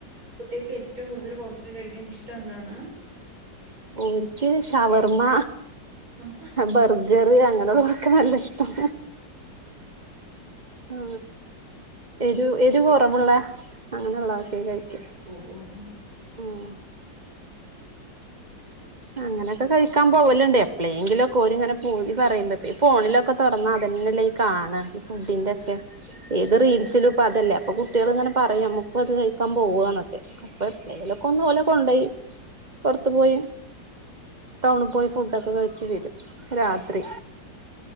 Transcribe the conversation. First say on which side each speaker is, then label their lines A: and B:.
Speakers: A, on the right; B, on the right.
A: നിങക്ക് ഏറ്റവും കൂടുതൽ പുറത്ത് പോയി കഴിക്കാൻ ഇഷ്ടം എന്താണ്
B: എനിക്ക് ഷവർമ്മ
A: ഉം
B: ബർഗറ് അങ്ങനെയുള്ള നല്ല ഇഷ്ടം ആ എരു എരു കൊറവുള്ള അങ്ങനെ ഒള്ളതൊക്കെ കഴിക്കും
A: ഓ ഓ ഓ ഉം
B: ഉം അങ്ങനെയൊക്കെ കഴിക്കാൻ പോവലുണ്ട് എപ്പളേങ്കിലും ഒക്കെ ഓര് ഇങ്ങനെ പൂതി പറയുമ്പോ ഈ ഫോണിലൊക്കെ തുറന്നാ അതന്നെല്ലേ കാണാ- ഫുഡിന്റെ ഒക്കെ ഏത് റീൽസിലും അപ്പൊ അതല്ലേ അപ്പൊ കുട്ടികള് ഇങ്ങനെ പറയും നമ്മുക്കും അത് കഴിക്കാൻ പോവാന്നൊക്കെ അപ്പൊ എന്തെലൊക്കെ ഒന്ന് ഓലെ കൊണ്ടോയി പൊറത്ത് പോയി ടൗണിൽ പോയി ഫുഡ് ക്കെ കഴിച്ച് വരും. രാത്രി